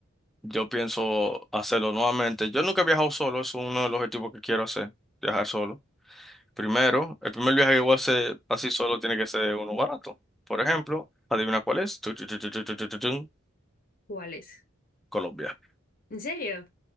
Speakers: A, in the centre; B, on the left.
A: Yo pienso hacerlo nuevamente. Yo nunca he viajado solo, es uno de los objetivos que quiero hacer, viajar solo. Primero, el primer viaje que voy a hacer así solo tiene que ser uno barato. Por ejemplo, adivina cuál es. Tu, tu, tu, tu, tu, tu, tu, tu, tu.
B: ¿Cuál es?
A: Colombia.
B: ¿En serio?